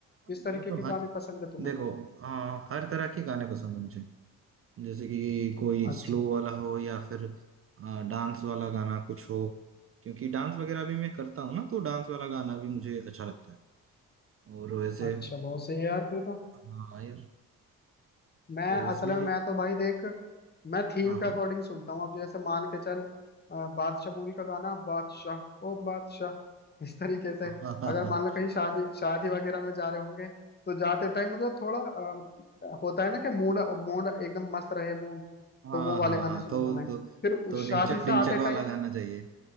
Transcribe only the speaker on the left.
किस तरीके के
गाने पसंद है तुम्हें
अच्छा
अच्छा बहुत सही है यार फिर तो
मैं
असल में मैं तो भाई देख मैं थीम
के अकॉर्डिंग सुनता हूँ अब जैसे मान के चल अ, बादशाह मूवी का गाना बादशाह ओ बादशाह इस तरीके से
अगर
मान लो कहीं शादी शादी वगैरह में जा रहे होंगे तो जाते टाइम मतलब थोड़ा अ, होता है ना कि मूड मूड एकदम मस्त रहे मूड
तो वो वाले
गाने
सुनूंगा
मैं
फिर उस
शादी से
आते
टाइम